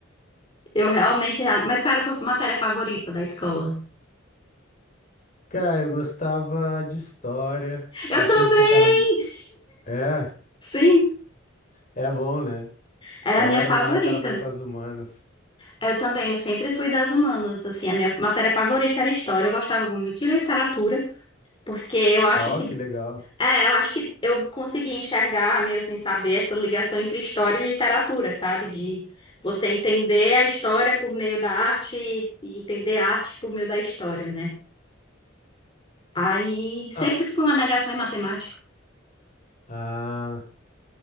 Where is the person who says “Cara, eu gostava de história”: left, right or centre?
Left